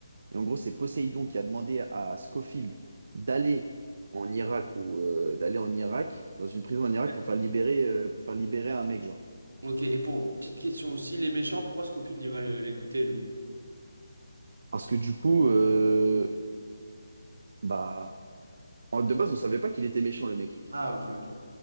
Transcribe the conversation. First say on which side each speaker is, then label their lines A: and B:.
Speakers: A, on the right; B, on the right.
A: Et en gros, c'est Poséidon qui a demandé à Scofield d'aller en Irak ou euh, d'aller en Irak, dans une prison en
B: ouais.
A: Irak, pour faire libérer, euh, pour faire libérer un mec, genre.
B: Ok, et pour petite question aussi, les méchants, pourquoi Scofield il va le- l'écouter lui?
A: Parce que du coup, euh, bah, en- de base, on savait pas qu'il était méchant, le mec.
B: Ah, ok, ok.